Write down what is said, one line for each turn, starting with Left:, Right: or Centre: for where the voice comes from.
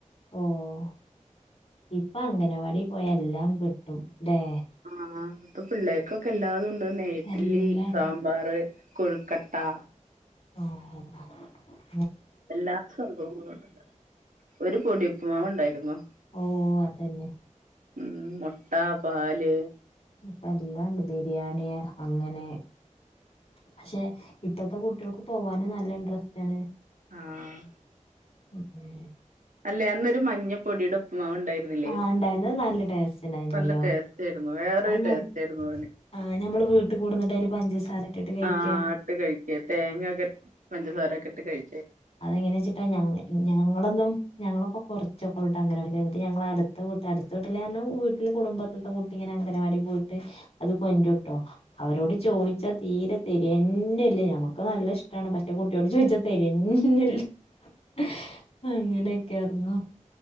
Left: ഓ ഇപ്പൊ അംഗനവാടി പോയ എല്ലാം കിട്ടും ല്ലേ
Right: ആഹ് ഇപ്പൊ പിള്ളേർക്കൊക്കെ എല്ലാതും ഉണ്ട് നെ ഇഡ്ലി
Left: എല്ലാണ്ട്
Right: സാമ്പാർ കൊയ്ക്കട്ടെ
Left: ഓഹ് ഓഹ് ഓഹ്
Right: എല്ലാ സംഭവങ്ങളുണ്ട് ഒരു പൊടി ഉപ്പ് മാവ് ഉണ്ടായിരുന്നു
Left: ഓഹ് അതന്നെ
Right: ഉമ് മൊട്ട പാല്
Left: പ്പ എല്ലാണ്ട് ബിരിയാണി അങ്ങനെ പക്ഷെ ഇപ്പത്തെ കുട്ടിൾക്ക് പോവാനും നല്ല ഇൻട്രസ്റ്റ് ആണ്
Right: ആഹ്
Left: ഉമ്
Right: അല്ലെ അന്നൊരു മഞ്ഞ പൊടിയുടെ ഉപ്പ് മാവ് ഉണ്ടായിരുന്നില്ലേ
Left: ആ ഉണ്ടായിരുന്നത് നല്ല ടേസ്റ്റ് ഉണ്ടായിരുന്നല്ലോ
Right: നല്ല ടേസ്റ്റ് ആയിരുന്നു വേറൊരു
Left: അത് ഞ
Right: ടേസ്റ്റ് ആയിരുന്നു അതിന്
Left: ആ ഞമ്മള് വീട്ടിൽ കൊടുന്നിട്ട് അതില് പഞ്ചസാര ഇട്ടിട്ട് കഴിക്ക
Right: ആഹ് ഇട്ട് കഴിക്ക തേങ്ങയൊക്കെ പഞ്ചസാ രയൊക്കെ ഇട്ട് കഴി
Left: അതെങ്ങനെയാ വെച്ചിട്ടാ ഞ ഞങ്ങളൊന്നും ഞങ്ങളൊക്കെ കുറച്ചൊക്കെ ഉള്ളു കേട്ടോ അങ്ങനെ ഇടക്ക് എന്നിട്ട് ഞങ്ങള് അടുത്ത വീട്ടി അടുത്ത വീട്ടിലെ എന്ന് പറഞ്ഞാ വീട്ടില് കുടുംബത്തത്തെ കൂട്ടിങ്ങനെ അംഗനവാടിയിൽ പോയിട്ട് അത് കൊണ്ടുരൂട്ടൊ അവരോട് ചോദിച്ചാ തീരെ തരും <unintelligible> നമുക്ക് നല്ല ഇഷ്ടമാണ് പക്ഷെ കുട്ടിയോട് ചോദിച്ചാ തരൂ <unintelligible> <unintelligible> അങ്ങനെയൊക്കെ ആർന്നു